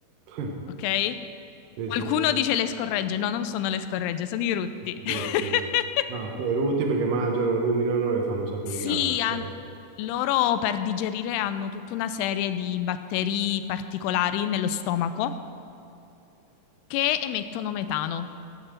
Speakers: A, on the right (about 65°); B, on the left (about 85°).
A: <laughs>
B: ok?
A: sì,
B: Qualcuno
A: sì, sì.
B: dice le scorregge, no, non sono le scorregge, sono i rutti. <laughs>
A: Rutti. Ah, ok, rutti perché mangiano, ruminano e fanno un sacco
B: Sì,
A: di gas. ok.
B: han- loro per digerire hanno tutta una serie di batteri particolari nello stomaco che emettono metano,